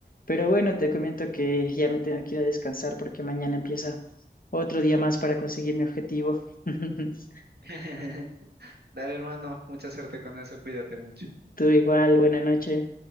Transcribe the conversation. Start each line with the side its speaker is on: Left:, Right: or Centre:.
Left: Pero bueno, te comento que ya me tengo que ir a descansar porque mañana empieza otro día más para conseguir mi objetivo. <laughs>
Right: <laughs> Dale, hermano, mucha suerte con eso, cuídate mucho.
Left: Tú igual, buena noche.